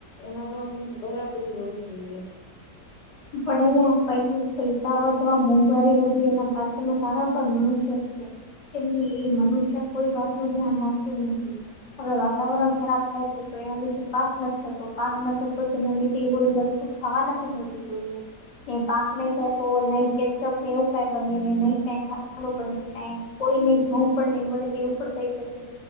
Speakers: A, on the left (about 75°); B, on the left (about 35°).
A: એનામાં અમે બરાબરી હોવી જોઈએ.
B: પણ એના પઈ પૈસા વધવા, મોંઘવારી વધવી એના પાછળનું કારણ પણ મનુષ્ય જ છે. કેમ કે એ મનુષ્ય કોઈ વાતનું ધ્યાન રાખતો નથી. હવે વાતાવરણ ખરાબ થાય છે તો એના લીધે પાક નથી થતો. પાક ન થતો જેના લીધે એ વ વસ્તુ ખાવા નથી મળતી કોઈને. ને પાક નહી થાય તો નહી કેચપને એવું કઈ બને ને, નહી કાઈ ખાવાનું બને. કાઈ કોઈને ઘઉં પણ નહી મલે ને, એવું પણ થઈ શકે.